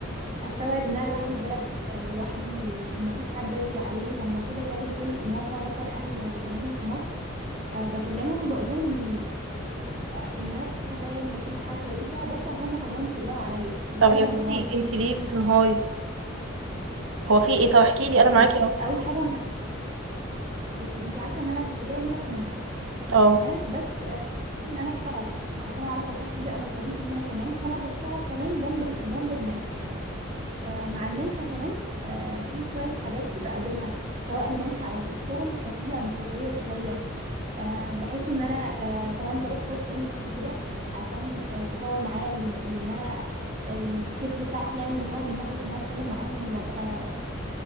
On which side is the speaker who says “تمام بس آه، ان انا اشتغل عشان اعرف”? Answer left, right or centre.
Right